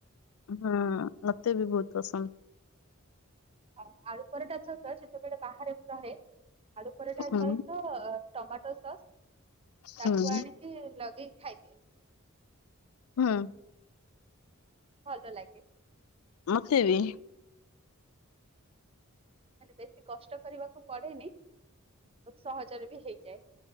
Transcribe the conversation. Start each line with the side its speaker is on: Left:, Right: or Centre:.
Left: ହଁ ମତେ ବିହୁତ ପସନ୍ଦ।
Right: ଆ ଆଳୁ ପରଟାଛ ତ ଯେତେବେଳେ ବାହାରେକୁ ରହେ ଆଳୁ ପରଟା
Left: ହୁଁ
Right: ସହିତ ଅ ଟମାଟୋ ସସ୍। ତାକୁ
Left: ହୁଁ
Right: ଆଣିକି ଲଗେଇକି ଖାଇଦିଏ। <inaudible>
Left: ହୁଁ
Right: ଭଲ ଲାଗେ।
Left: ମତେ ବି।
Right: ମ ବେଶୀ କଷ୍ଟ କରିବାକୁ ପଡେନି। ବହୁତ ସହଜ। ଏଟାରେ ବି ହେଇଯାଏ।